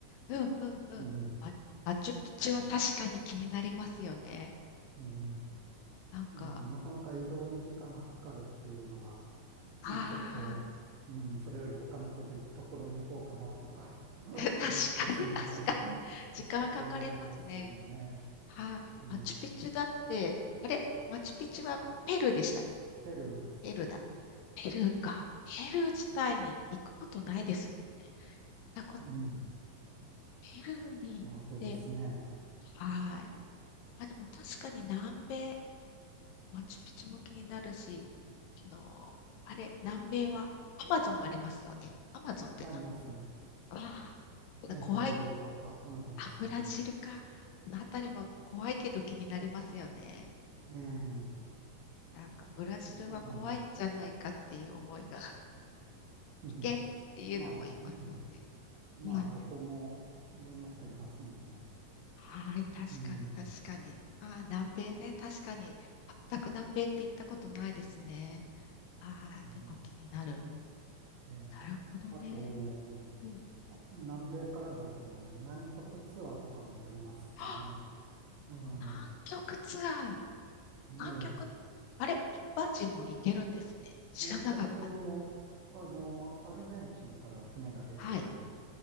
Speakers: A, on the left; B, on the right.
A: うんうんうん。
B: うん。
A: マ、マチュピチュは確かに気になりますよね。
B: うん。うん
A: なんか、
B: でもなかなか移動に時間がかかるっていうのが、
A: ああ、
B: うんちょっと、うん、それより他のこと、ところに行こうかなとか <laughs>
A: <laughs> 確かに確かに。
B: 思ってしまう <laughs>
A: 時間かかりますね。
B: きっかけになりますよね。
A: はい、
B: うん。
A: マチュピチュだって、あれ、マチュピチュはペルーでしたっけ。
B: ペルーです。
A: ペルーだ。ペルーか。ペルー自体に行くことないですもんね。だからこ
B: うん。
A: ペルーに行って、
B: まあそうですね。
A: はい。あ、でも確かに南米、マチュピチュも気になるし、あの、あれ、南米はアマゾンありますよね。アマゾンって南米
B: あります。
A: わあ、だ怖い。
B: ええ、ブラジルとか、あの辺ですよね。
A: あ、ブラジルか。あの辺りも怖いけど気になりますよね。
B: ええ、
A: なんかブラジルは怖いんじゃないかっていう思いが、
B: そう、うん。うんうん
A: 危険っていうのも言いますもんね。
B: まあ、うんまあ、
A: うん、
B: どこもいろんな人いますんでね。
A: はい、確かに確かに。
B: うん。
A: ああ、南米ね、確かに。全く南米って行ったことないですね。ああ、
B: うん。
A: でも気になる。
B: えーあと、
A: なるほどね。うん。
B: あ南米からだと、あの、南極ツアーとかもありますしね。
A: はあ
B: は
A: 南極ツアー。
B: い。いえ、
A: 南極、あれ、一般人も行けるんですね。知らなかった。
B: 南極も、あの、アルゼンチンから船が出て
A: はい。